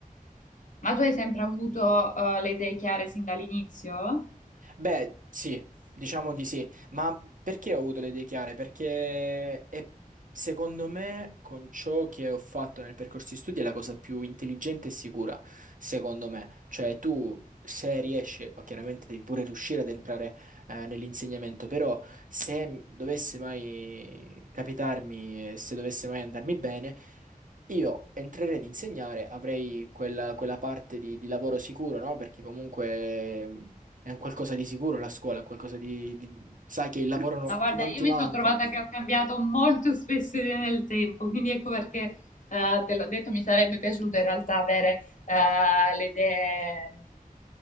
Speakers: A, on the left; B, on the right.
A: Ma tu hai sempre avuto, eh, le idee chiare sin dall'inizio?
B: Beh, sì, diciamo di sì, ma perché ho avuto le idee chiare? Perché è- secondo me con ciò che ho fatto nel percorso di studi è la cosa più intelligente e sicura, secondo me. Cioè tu se riesci, o chiaramente devi pure riuscire ad entrare eh, nell'insegnamento, però se m- dovesse mai capitarmi, e se dovesse mai andarmi bene, io entrerei ad insegnare, avrei quella, quella parte di, di lavoro sicuro, no? Perché comunque... È un qualcosa di sicuro la scuola, è qualcosa di, di- Sai che il lavoro no-
A: No, guarda,
B: non
A: io
B: ti
A: mi
B: manca.
A: sono trovata che ho cambiato molto spesso idea nel tempo, quindi ecco perché eh, te l'ho detto, mi sarebbe piaciuto in realtà avere eh, le idee, mh,